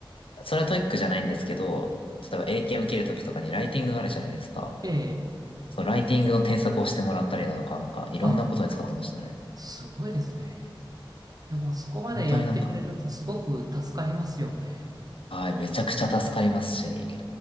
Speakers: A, on the left; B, on the right.
A: それはトイックじゃないんですけど、例えば英検受けるときとかにライティングがあるじゃないですか。
B: ええ、ええ。ええ
A: そのライティングの添削をしてもらったりだとか、なんかいろんなことに使ってましたね。
B: あ、すごいですね。いや、まあそこまでやってくれるとすごく助かりますよね。
A: 本当になんか、はい、めちゃくちゃ助かりますし、